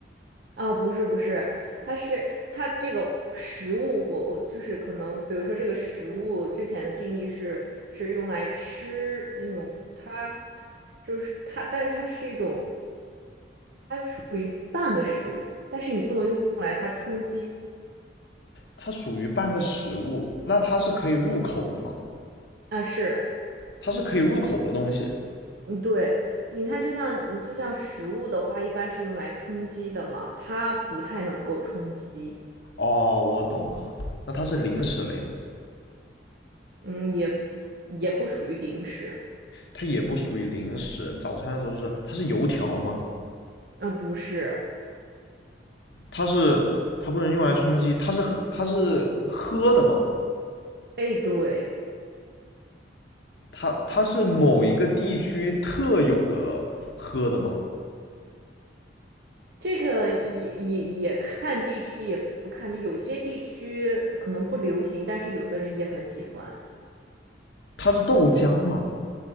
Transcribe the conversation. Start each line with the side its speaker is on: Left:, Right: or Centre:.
Right: 啊，不是不是，它是它这个食物，我我就是可能，比如说这个食物之前的定义是是用来吃那种，它就是它，但是它是一种属于半个食物，但是你不能用来它充饥
Left: 它属于半个食物，那它是可以入口的吗？
Right: 啊，是，
Left: 它是可以入口的东西。
Right: 嗯，对，你看，就像你就像食物的话，一般是用来充饥的嘛，它不太能够充饥，
Left: 哦，我懂了，那它是零食类吗？
Right: 嗯，也也不属于零食，
Left: 它也不属于零食，早餐的时候是它是油条吗？
Right: 啊，不是，
Left: 它是它不能用来充饥，它是它是喝的吗？
Right: 哎，对。
Left: 它它是某一个地区特有的喝的吗？
Right: 这个也也也看地区，也不看地，有些地区可能不流行，但是有的人也很喜欢。
Left: 它是豆浆吗？